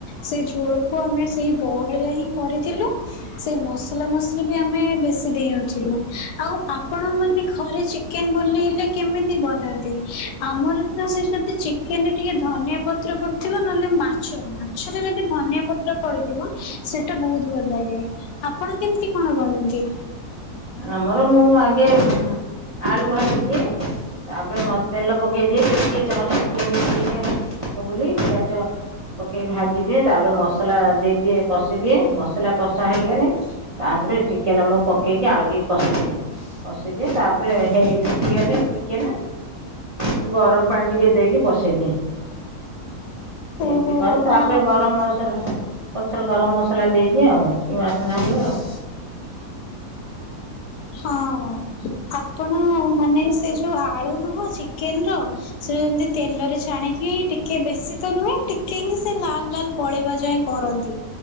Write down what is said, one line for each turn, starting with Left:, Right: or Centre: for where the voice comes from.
Left: ସେ ଝୋଳକୁ ଆମେ ସେଇ ବହଳିଆ ହିଁ କରିଥିଲୁ ସେ ମସଲା ମସଲି ବି ଆମେ ବେଶୀ ଦେଇନଥିଲୁ ଆଉ ଆପଣ ମାନେ ଘରେ ଚିକେନ ବନେଇଲେ କେମିତି ବନାନ୍ତି ଆମର ତ ସେ ଯଦି ଚିକେନ ରେ ଟିକେ ଧନିଆ ପତ୍ର ପଡିଥିବ ନହେଲେ ମାଛ ମାଛରେ ଯଦି ଧନିଆ ପତ୍ର ପଡିଥିବ ସେଟା ବହୁତ ଭଲ ଲାଗେ ଆପଣ କେମିତି କଣ ବନାନ୍ତି।
Right: ଆମର ମୁଁ ଆଗେ ଆଳୁ ଭାଜିଦିଏ ତାପରେ ତେଲ ପକେଇଦିଏ। ଟିକେ ଜଷ୍ଟ ଚିନି ପକେଇଦିଏ କଲର ହବ ବୋଲି ପିଆଜ ପକେଇକି ଭାଜି ଦିଏ ତାପରେ ମସଲା ଦେଇଦିଏ କଷିଦିଏ ମସଲା କଷା ହେଇଗଲେ ତାପରେ ଚିକେନ ମୁଁ ପକେଇକି ଆଉ ଟିକେ କଷିଦିଏ କଷିଦିଏ ତାପରେ ହେଇ ସିଝିଗଲେ ଚିକେନ ମୁଁ ଗରମ ପାଣି ଟିକେ ଦେଇକି ବସେଇଦିଏ।
Left: ଓହୋ
Right: ଏମିତି କରେ ତାପରେ
Left: ହଁ।
Right: ଗରମ ମସଲା ପଛରେ ଗରମ ମସଲା ଦେଇଦିଏ ଆଉ ଟିକେ ବାସ୍ନା ହୁଏ ଆଉ
Left: ହଁ ଆପଣ ମାନେ ସେ ଯୋଉ ଆଳୁ ନୁହଁ ଚିକେନ ର ଏମିତି ତେଲରେ ଛାଣିକି ଟିକେ ବେଶୀ ତ ନୁହେଁ ଟିକେ ହିଁ ସେ ଲାଲ ଲାଲ ପଳେଇବା ଯାଏ ଯାଏ କରନ୍ତି